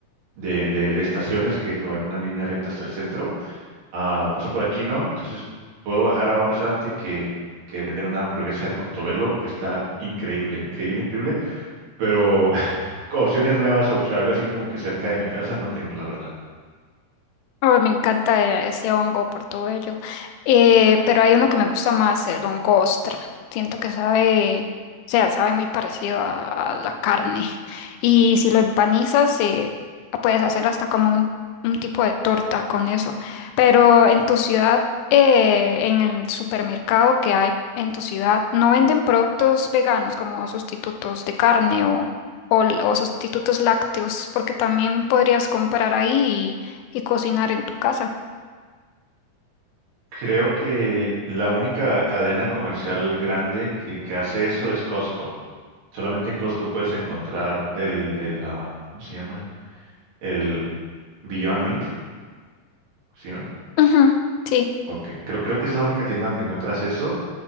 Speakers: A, on the right (about 65°); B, on the left (about 85°).
A: de- de estaciones que, que van en una línea recta hasta el centro. Ah, paso por aquí, ¿no? Entonces puedo bajar a un restaurante que, que venden una hamburguesa de Portobelo que está increíble, increíble, increíble. Pero <laughs> opciones nuevas, opción, algo así como que cerca de mi casa no tengo, la verdad.
B: Oh, me encanta eh, ese hongo por todo ello. Eh, pero hay uno que me gusta más, el hongo ostra. Siento que sabe, o sea, sabe muy parecido a, a la carne. <laughs> Y si lo empanizas, eh, puedes hacer hasta como un, un tipo de torta con eso. Pero en tu ciudad, eh, en el supermercado que hay en tu ciudad, ¿no venden productos veganos como sustitutos de carne o, o o sustitutos lácteos? Porque también podrías comprar ahí y cocinar en tu casa.
A: Creo que la única cadena comercial grande que, que hace eso es Costco. Solamente en Costco puedes encontrar el, el ah, ¿cómo se llama? El Beyond Meat, ¿sí, no?
B: Ujú, Sí,
A: Ok, creo, creo que es la única tienda donde encuentras eso.